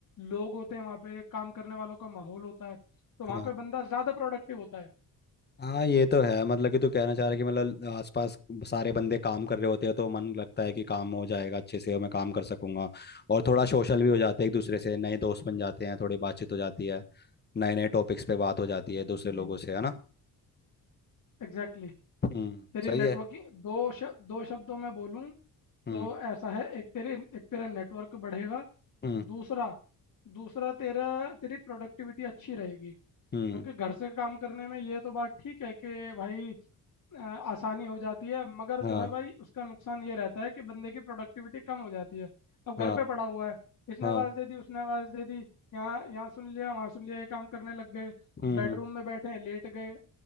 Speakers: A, on the left; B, on the left.
A: लोग होते हैं वहाँ पे काम करने वालों का माहौल होता है तो वहाँ
B: हाँ
A: पे बंदा ज़्यादा प्रोडक्टिव होता है
B: हाँ ये तो है मतलब कि तू कहना चाह रहा है कि मतलब आसपास सारे बंदे काम कर रहे होते हैं तो मन लगता है कि काम हो जाएगा अच्छे से और मैं काम कर सकूंगा और थोड़ा सोशल भी हो जाते हैं एक दूसरे से नए दोस्त बन जाते हैं थोड़ी बातचीत हो जाती है नए नए टॉपिक्स पे बात हो जाती है दूसरे लोगों से है ना
A: Exactly exactly.
B: हम्म
A: तेरी
B: सही
A: नेटवर्किंग
B: है
A: दो श, दो शब्दों में बोलूँ
B: हम्म
A: तो ऐसा है एक तेरी एक तेरा नेटवर्क बढ़ेगा
B: हम्म
A: दूसरा दूसरा तेरा तेरी प्रोडक्टिविटी अच्छी रहेगी क्योंकि
B: हम्म
A: घर से काम करने में ये तो बात ठीक है कि भाई अ, आसानी हो जाती है मगर
B: हाँ
A: जो है भाई उसका नुकसान ये रहता है कि बंदे की प्रोडक्टिविटी कम हो जाती है अब
B: हाँ
A: घर पे पड़ा हुआ है इसने
B: हाँ
A: आवाज़ दे दी उसने आवाज़ दे दी यहाँ यहाँ सुन लिया वहाँ सुन लिया ये काम करने लग गए
B: हम्म
A: बेडरूम
B: हम्म
A: में बैठे हैं लेट गए